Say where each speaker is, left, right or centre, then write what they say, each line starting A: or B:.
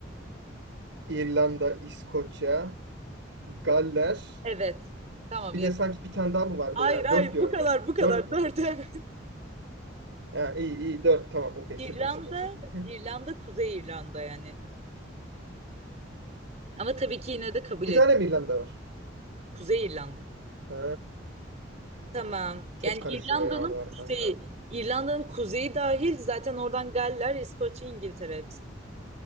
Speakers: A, on the right; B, on the right.
A: İrlanda, İskoçya, Galler.
B: Evet. Tamam
A: Bir
B: yeter.
A: de sanki bir tane daha mı vardı
B: Hayır
A: ya?
B: hayır
A: dört diyorum
B: bu kadar
A: ben.
B: bu kadar.
A: dört mü?
B: <laughs> Dört evet.
A: Ha, iyi iyi 4 tamam. Okey
B: İrlanda,
A: süper süper süper. <laughs>
B: İrlanda, Kuzey İrlanda yani. Ama tabii ki yine de kabul
A: İki
B: edin.
A: tane mi İrlanda var?
B: Kuzey İrlanda.
A: Ha,
B: Tamam.
A: çok
B: Yani
A: karışıyor
B: İrlanda'nın
A: ya oralar
B: kuzeyi.
A: kanka.
B: İrlanda'nın kuzeyi dahil zaten oradan Galler, İskoçya, İngiltere hepsi.